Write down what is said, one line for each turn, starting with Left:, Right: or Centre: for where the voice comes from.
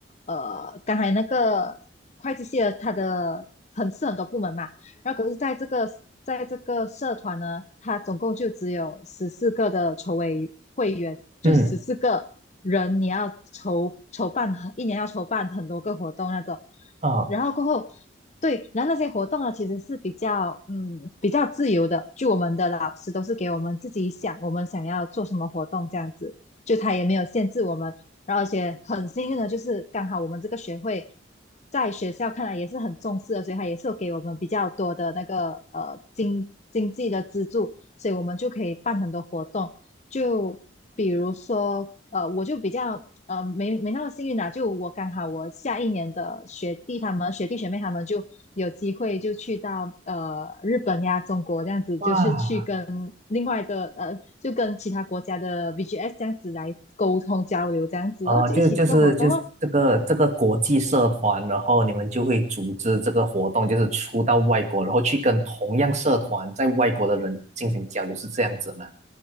Left: 呃刚才那个会计系的它的很是很多部门嘛，然后可是在这个在这个社团呢，它总共就只有十四个的筹委会员，就十四个人，
Right: 嗯，
Left: 你要筹筹办一年要筹办很多个活动那种，
Right: 哦，
Left: 然后过后对，然后那些活动呢，其实是比较嗯比较自由的，就我们的老师都是给我们自己想，我们想要做什么活动这样子，就他也没有限制我们。然后而且很幸运的就是刚好我们这个学会在学校看来也是很重视的，所以他也是有给我们比较多的那个呃经经济的资助，所以我们就可以办很多活动。就比如说，呃，我就比较呃没没那么幸运啦、就我刚好我下一年的学弟他们学弟学妹他们就有机会就去到呃日本呀、中国这样子，
Right: 哇，
Left: 就是去跟另外的呃就跟其他国家的 VGS 这样子来沟通交流这样子，
Right: 哦，
Left: 哦，就一起做活动哦。
Right: 就就是就是这个这个国际社团，然后你们就会组织这个活动，就是出到外国，然后去跟同样社团在外国的人进行交流，是这样子吗？